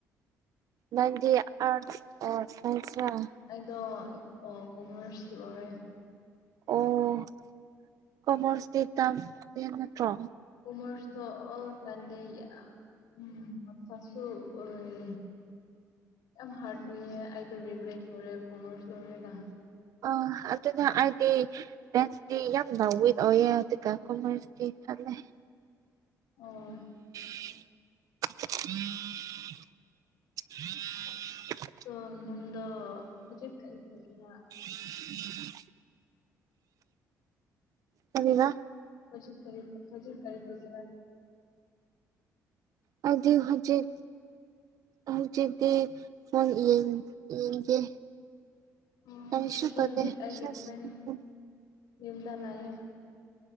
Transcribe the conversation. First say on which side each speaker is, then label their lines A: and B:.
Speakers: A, on the right; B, on the left.
A: ꯅꯪꯗꯤ ꯑꯥꯔꯠꯁ ꯑꯣꯔ ꯁꯥꯏꯟꯁꯔ
B: ꯑꯩꯗꯣ ꯏ ꯑ ꯀꯣꯃꯔꯁ ꯂꯧꯔꯦ
A: ꯑꯣ ꯀꯃꯔꯁꯇꯤ ꯇꯚ ꯃꯦꯠ ꯅꯠꯇ꯭ꯔꯣ
B: ꯀꯨꯝꯃꯔꯁꯣ ꯇꯣ ꯑꯣ ꯇꯜꯂꯦ ꯎꯝ ꯑꯪꯀꯁꯨ ꯑꯣꯏ ꯌꯥꯝ ꯍꯥꯔꯠ ꯎꯏꯌꯦ ꯑꯩꯗꯣ ꯔꯤꯒ꯭ꯔꯦꯠ ꯂꯣꯏꯔꯦ ꯀꯣꯝꯔꯁ ꯂꯣꯏꯔꯒ
A: ꯑ ꯑꯗꯨꯅ ꯑꯩꯗꯤ ꯃꯦꯁꯇꯗꯤ ꯌꯥꯝ ꯋꯤꯎ ꯑꯣꯢꯌꯦ ꯑꯗꯨꯒ ꯀꯣꯃꯔꯁꯇ ꯇꯠꯂꯦ
B: ꯑꯣ
A: ꯎꯝ <inaudible>
B: ꯑꯗꯣ ꯅꯪꯗꯣ ꯍꯧꯖꯤꯛ ꯀꯔꯤ ꯇꯧꯀꯤꯔ
A: <unintelligible> ꯀꯔꯤꯕ
B: ꯍꯖꯤꯛ ꯀꯔꯤ ꯍꯧꯖꯤꯛ ꯀꯔꯤ ꯇꯧꯒꯦꯔ
A: ꯍꯧꯖꯤꯛ ꯍꯧꯖꯤꯛ ꯍꯧꯖꯤꯛꯇꯤ ꯐꯣꯟ ꯌꯦꯡ ꯌꯦꯡꯒꯦ
B: ꯎ
A: ꯀꯔꯤꯁꯨ
B: ꯑꯗꯣ
A: ꯇꯧꯗꯦ
B: ꯍꯧꯖꯤꯛ ꯑꯩꯒꯤ
A: ꯁꯦꯁ
B: ꯐ꯭ꯔꯦꯟ ꯌꯨꯝꯗ ꯂꯩꯑꯦ